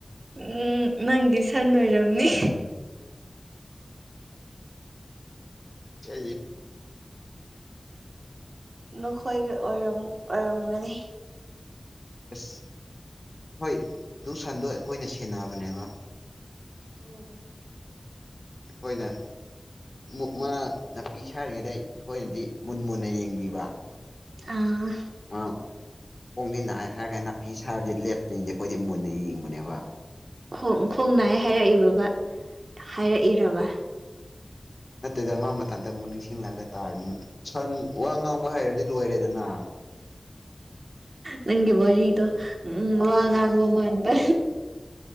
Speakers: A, on the right; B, on the left.
A: ꯎꯝ ꯃꯪꯒꯤ ꯁꯥꯟꯅꯣꯏꯔꯝꯅꯤ
B: ꯀ
A: ꯅꯈꯣꯏꯒꯤ ꯑꯣꯏꯔꯝꯒꯅꯤ
B: ꯑꯁ ꯍꯣꯏ ꯑꯗꯨ ꯁꯟꯗꯣ ꯑꯩꯈꯣꯏꯅ ꯁꯦꯟꯅꯕꯅꯦꯕ
A: ꯑꯣ
B: ꯑꯩꯈꯣꯏꯅ ꯛꯃ ꯅꯥꯄꯤ ꯁꯥꯔꯤꯉꯩꯗ ꯑꯩꯈꯣꯏꯅꯗꯤ ꯃꯨꯟ ꯃꯨꯟꯅ ꯌꯦꯡꯕꯤꯕ
A: ꯑꯥ
B: ꯑ ꯈꯣꯡꯖꯤ ꯍꯥꯏꯔꯒ ꯅꯥꯄꯤ ꯁꯥ ꯍꯥꯏꯕꯁ ꯂꯦꯞꯇꯔꯤꯅꯗꯤ ꯑꯩꯈꯣꯏꯗꯤ ꯃꯨꯟꯅ ꯌꯦꯡꯕꯅꯦꯕ
A: ꯣꯡ ꯈꯣꯡ ꯅꯥꯏ ꯍꯥꯏꯔꯛꯏꯕ ꯍꯥꯏꯔꯛꯏꯔꯕ
B: ꯅꯠꯇꯗ ꯃꯥ ꯃꯊꯟꯇ ꯑꯃꯨꯛ ꯅꯤꯡꯁꯤꯡꯂꯛꯑꯒ ꯇꯥꯔꯦꯅ ꯁꯟ ꯋꯥ ꯉꯥꯡꯕ ꯍꯥꯏꯔꯗꯤ ꯂꯣꯏꯔꯦꯗꯅ
A: ꯅꯪꯦ ꯔꯤ ꯏꯗꯣ ꯎꯝ ꯋꯥ ꯉꯉꯕꯃꯇ